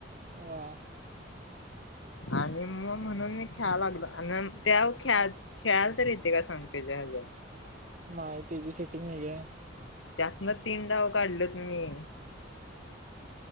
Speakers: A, on the right; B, on the left.
A: वा,
B: आणि मग म्हणून मी खेळा लागलो, आणि ते खेळा, खेळाला तर येते का सांगते ज हजे.
A: नाय तिची तुम्ही जा,
B: त्यात न तीन डाव काढलेत तुम्ही.